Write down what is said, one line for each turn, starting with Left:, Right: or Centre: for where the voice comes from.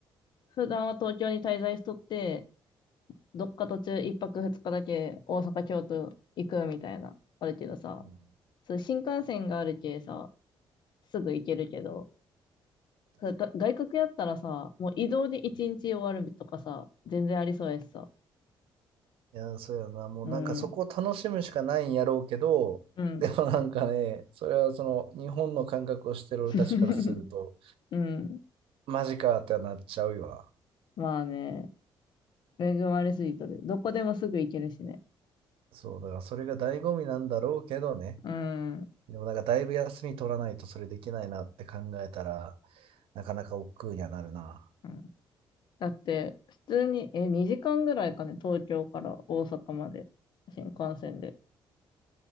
Left: 普段は東京に滞在しとって、どっか途中一泊二日だけ大阪、京都行くみたいな、あるけどさ、
Right: うん
Left: そう新幹線があるけさ、すぐ行けるけど、
Right: 確か
Left: それが外国やったらさ、もう移動で一日終わるとかさ、
Right: に
Left: 全然ありそうやしさ。
Right: いやー、そうやな。もうなんかそこを楽しむしかないんやろうけど、
Left: うん、うん、
Right: <laughs> でもなんかね、それはその日本の感覚をしてる俺たちからすると、
Left: <laughs> うん。
Right: マジかってなっちゃうよな。
Left: まあね、恵まれすぎとる。どこでもすぐ行けるしね。
Right: そう、だからそれが醍醐味なんだろうけどね。
Left: うん。
Right: でもなんかだいぶ休み取らないとそれできないなって考えたら、なかなか億劫にはなるな。
Left: うんだって、普通に、え、2時間ぐらいかね、東京から大阪まで、新幹線で。